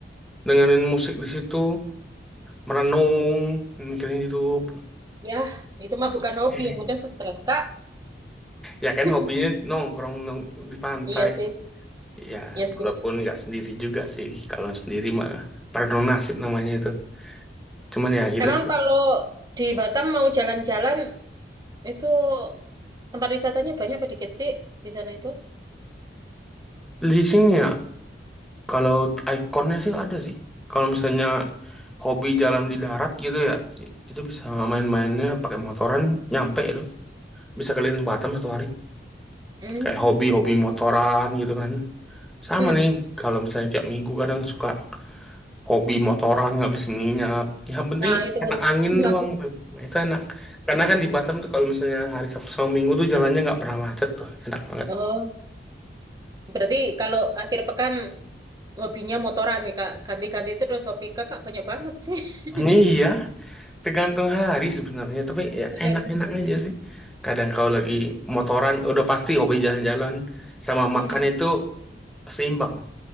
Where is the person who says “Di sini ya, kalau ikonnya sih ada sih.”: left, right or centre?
Centre